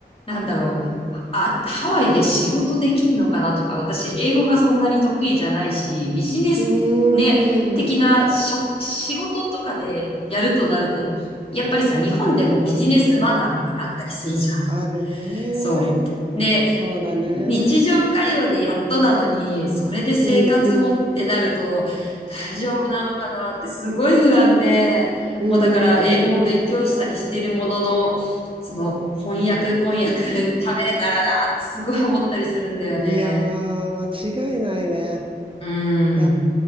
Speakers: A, on the left; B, on the right.
A: う、なんだろう。あ、ハワイで仕事できんのかなとか、私、英語がそんなに得意じゃないし、ビジネスね、
B: うーん。
A: 的なしょ仕事とかでやるとなると、やっぱりさ、日本でもビジネスマナーみたいなのあったりするじゃん。
B: あるね。
A: そう。で、
B: そうだね。
A: 日常会話でやっとなのに、それで生活もってなると大丈夫なのかなってすごい不安で、
B: うんうん。うんうんうんうん。
A: もうだから英語も勉強したりしてるものの、その翻訳、翻訳 <laughs> 食べれたらなってすごい思ったりするんだよね。
B: いやー、間違いないね。
A: うん。
B: いや、